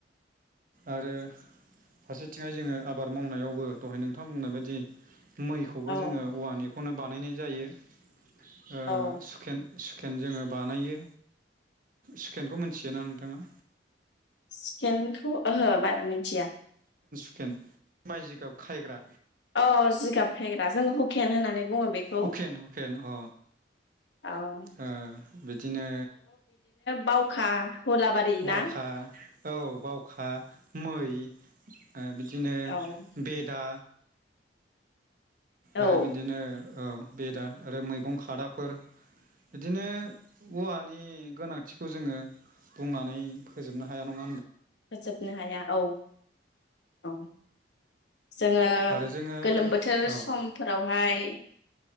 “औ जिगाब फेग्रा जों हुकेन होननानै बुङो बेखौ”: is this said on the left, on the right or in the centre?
Left